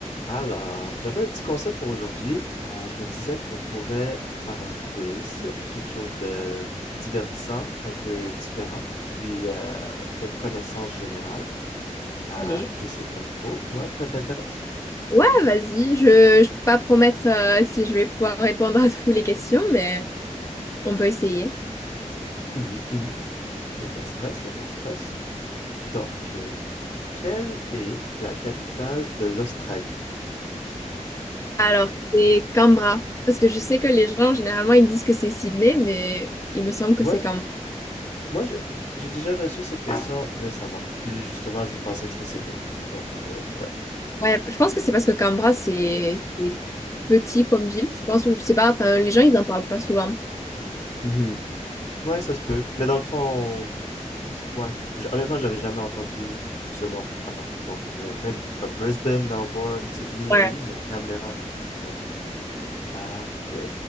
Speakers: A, on the left; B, on the left.
A: Alors, j'avais un petit concept pour aujourd'hui. Euh, je me disais qu'on pourrait faire un quiz, quelque chose de divertissant, un peu différent, puis euh, de connaissances générales. Euh,
B: Allez.
A: je sais pas trop. Ouais, ça t'intéresse?
B: Ouais, vas-y. Je je peux pas promettre euh, si je vais pouvoir répondre à <laughs> toutes les questions, mais on peut essayer.
A: Mhm, mhm. Il n'y a pas de stress, il n'y a pas de stress. Donc, euh, quelle est la capitale de l'Australie?
B: Alors, c'est Canberra. Parce que je sais que les gens, généralement, ils disent que c'est Sydney, mais il me semble que
A: Ouais,
B: c'est Canberra.
A: moi j'ai j'ai déjà reçu cette question récemment, puis justement je pensais que c'était Sydney. Donc, euh, ouais.
B: Ouais, je pense que c'est parce que Canberra, c'est c'est petit comme ville. Je pense, ou je sais pas, enfin, les gens, ils n'en parlent pas souvent.
A: Mhm. Ouais, ça se peut. Mais dans le fond, je sais- ouais. J- Honnêtement, j'avais jamais entendu ce nom avant. Donc, euh, même comme Brisbane, Melbourne, Sydney,
B: Ouais.
A: oui, mais Canberra, non. Mais bon. Ah, ok.